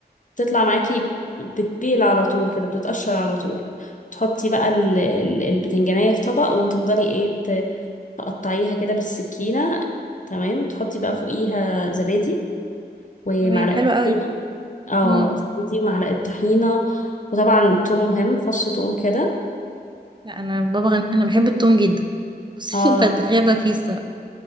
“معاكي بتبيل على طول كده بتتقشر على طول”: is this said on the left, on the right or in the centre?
Left